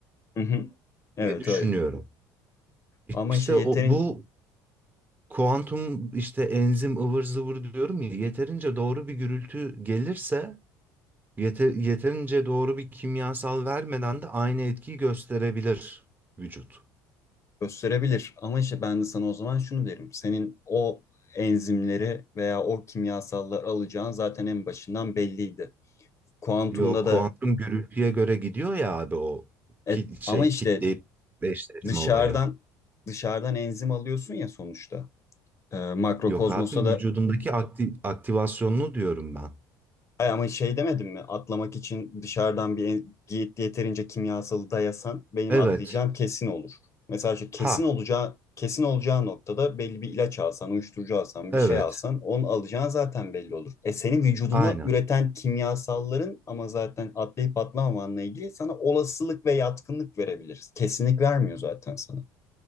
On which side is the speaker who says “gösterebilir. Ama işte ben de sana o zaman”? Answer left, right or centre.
Left